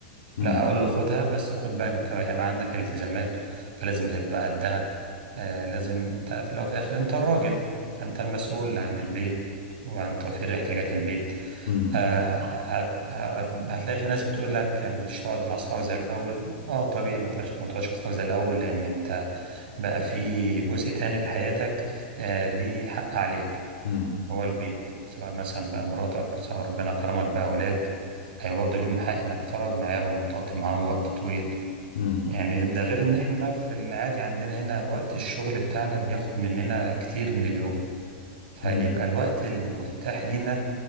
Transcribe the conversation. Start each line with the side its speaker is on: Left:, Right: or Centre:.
Left: امم
Right: لا اقول له خدها بس خد بالك انت هيبقى عندك التزامات فلازم تبقى قدها آه لازم انت في الاول وفي الاخر انت الراجل فانت المسؤول عن البيت وعن توفير احتياجات البيت
Left: امم
Right: آه هت هت هتلاقي في ناس بتقول لك مش تقعد مع اصحابك زي الاول اه طبيعي ما تقعدش ما تقعدش مع اصحابك زي الاول لان انت بقى في جزء تاني في حياتك آه ليه حق عليك
Left: امم
Right: هو البيت سواء مثلا بقى مراتك سواء ربنا كرمك بأولاد هي برضه ليهم حق إنك تقعد معاهم وتقضي معاهم وقت طويل
Left: امم
Right: يعني ده غير إن إحنا في العادي عندنا هنا وقت الشغل بتاعنا بياخد مننا كتير من اليوم فاللي
Left: امم
Right: يبقى الوقت المتاح لينا